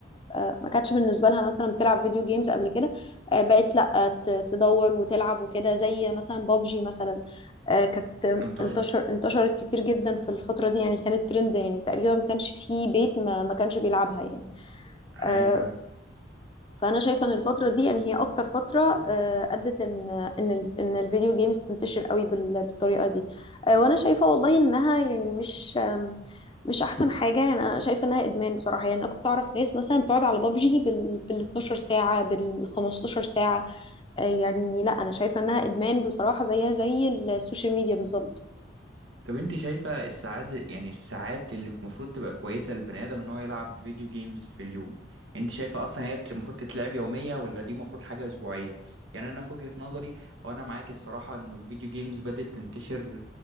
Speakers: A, on the left; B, on the right.
A: آه، ما كانتش بالنسبه لها مثلا بتلعب فيديو جيمز قبل كده آه، بقت لا ت- تدور وتلعب وكده زي مثلا بابجي مثلا آه، كانت
B: انتشرت
A: انتشر انتشرت كتير جدا في الفتره دي يعني كانت ترند يعني تقريبا ما كانش في بيت ما ما كانش بيلعبها يعني
B: حقيقة
A: آه، فانا شايفه ان الفتره دي يعني هي اكتر فتره آه، ادت ان ان ال- ان الفيديو جيمز تنتشر قوي بال- بالطريقه دي آه، وانا شايفه والله انها يعني مش آم، مش احسن حاجه يعني انا شايفه انها ادمان بصراحه يعني انا كنت اعرف ناس مثلا بتقعد على بابجي بال بال 12 ساعه بال 15 ساعه آه، يعني لا انا شايفه انها ادمان بصراحه زيها زي السوشيال ميديا بالظبط
B: طب انت شايفة السعادة يعني الساعات اللي المفروض تبقى كويسة للبني آدم ان هو يلعب فيديو جيمز في اليوم يعني انت شايفة اصلا هي بت- المفروض تتلعب يومية ولا دي المفروض حاجة اسبوعية يعني انا في وجهة نظري وانا معاك الصراحة ان الفيديو جيمز بدأت تنتشر